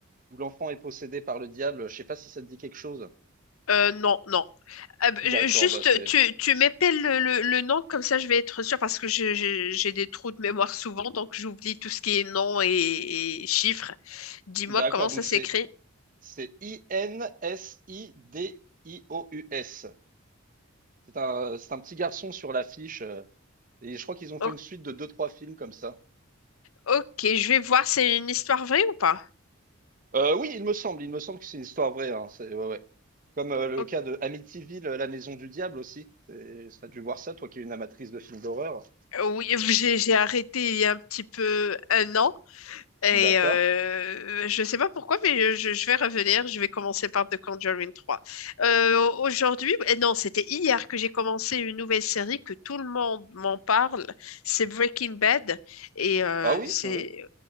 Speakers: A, on the right; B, on the left.
A: où l'enfant est possédé par le diable. Je sais pas si ça te dit quelque chose.
B: Euh, non, non. Euh, b-
A: D'accord,
B: je- juste,
A: bah c'est.
B: tu, tu m'épelles le, le- le nom, comme ça je vais être sûre, parce que je- je- j'ai des trous de mémoire souvent, donc j'oublie tout ce qui est nom et, et chiffres. Dis-moi
A: D'accord,
B: comment ça
A: donc
B: s'écrit.
A: c'est c'est I-N-S-I-D-I-O-U-S. C'est un c'est un petit garçon sur l'affiche. euh, Et je crois qu'ils ont fait
B: Ok.
A: une suite de deux, trois films comme ça.
B: Ok, je vais voir, c'est une histoire vraie ou pas?
A: Euh, oui, il me semble, il me semble que c'est une histoire vraie. Hein, c'est ouais, ouais. Comme euh, le
B: Ok.
A: cas de Amityville, euh, La Maison du Diable aussi. C'est, ça a dû voir ça, toi qui es une amatrice de films d'horreur.
B: Euh, Oui, j'ai j'ai arrêté il y a un petit peu un an. Et
A: D'accord.
B: euh, je sais pas pourquoi, mais je, je vais revenir. Je vais commencer par The Conjuring trois. Euh, aujourd'hui, eh non, c'était hier que j'ai commencé une nouvelle série que tout le monde m'en parle. C'est Breaking Bad. Et euh,
A: Ah oui,
B: c'est.
A: oui,